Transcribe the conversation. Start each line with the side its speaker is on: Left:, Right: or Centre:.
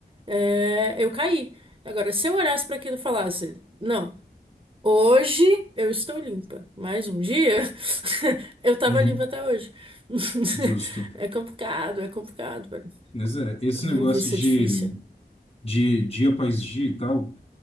Right: é, eu caí. Agora, se eu olhasse para aquilo e falasse, não, hoje eu estou limpa, mais um dia <laughs> eu estava
Left: uhum,
Right: limpa até hoje. <laughs>
Left: justo.
Right: É complicado, é complicado, velho.
Left: Mas é, esse
Right: Ai,
Left: negócio
Right: isso
Left: de,
Right: é difícil.
Left: de dia após dia e tal,